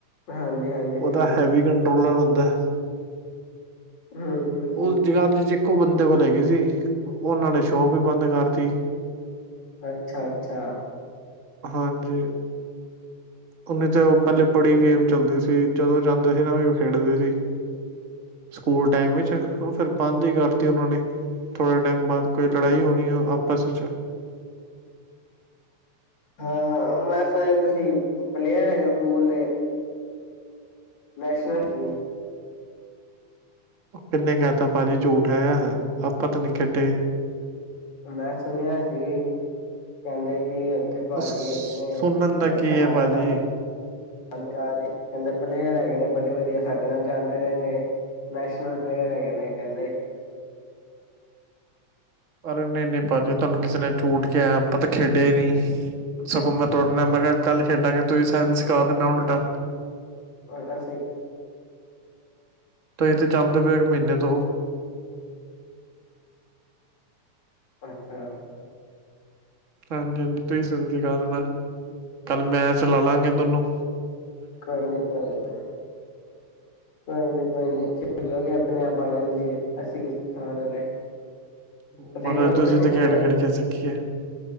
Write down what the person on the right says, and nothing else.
ਓਦਾ
ਹੈਵੀ
ਕੰਟਰੋਲਰ ਹੁੰ ਦਾ।
ਉਸ ਜਗਾਦਰੀ ਚ ਇੱਕੋ ਬੰਦੇ ਕੋਲ ਹੇਗੀ ਸੀ। ਓਨਾਂ ਨੇ ਸ਼ੋਪ ਵੀ ਬੰਦ ਕਰਤੀ।
ਹਾਂਜੀ, ਓਨੇ ਤੇ ਓ ਪੈਲੇ ਬੜੀ ਗੇਮ ਚੱਲਦੇ ਸੀ ਜਦੋ ਜਾਂਦੇ ਸੀ ਨਾ ਵੀ ਖੇਡਦੇ ਸੀ। ਸਕੂਲ ਟਾਈਮ ਵਿੱਚ, ਓ ਫੇਰ ਬੰਦ ਹੀ ਕਰਤੀ ਓਨਾਂ ਨੇ, ਥੋੜੇ ਟੈਮ ਬਾਦ, ਕੋਈ
ਲੜਾਈ
ਹੋਣੀ ਹੈ ਆਪ ਪਸ ਚ।
ਕਿਨੇ ਕੈ ਤਾ ਪਾਜੀ ਝੂਠ ਹੈ, ਆਪਾਂ ਤਾਂ ਨੀ ਖੇਡ ਤੇ।
ਸੁਣਨ
ਦਾ
ਕੀ
ਹੈ ਭਾਜੀ
ਅਰੇ ਨਈ ਨਈ ਪਾਜੀ, ਤੁਆਨੂੰ ਕਿਸੀ ਨੇ ਝੂਠ ਕੇਯਾ, ਆਪਾਂ ਤਾ ਖੇਡੇ ਹੀ ਨੀ। ਸਗੋਂ ਮੈਂ ਤੁਆਡੇ
ਨਾ, ਮੈਂ ਕੇਆ ਕੱਲ ਖੇਡਾਂਗੇ ਤੂਹੀ ਸਾਨ ਸਿਖਾ ਦਿਨਾ ਉਲਟਾ।
ਤੁਹੀ ਤੇ ਜਾਂਦੇ ਪਏ ਓ ਇੱਕ ਮੀਨੇ ਤੋ।
ਹਾਂਜੀ ਹਾਂਜੀ, ਤੁਹੀ ਸਾਨ ਸਿਖਾ ਦੇਣਾ, ਕੱਲ ਮੈਚ ਲਾਲਾਂਗੇ ਦੋਨੋ।
ਮਹਾਰਾਜ
ਤੁਸੀਂ
ਤਾਂ ਖੇਡ-ਖੇਡ
ਕੇ ਸਿੱਖੀ ਏ,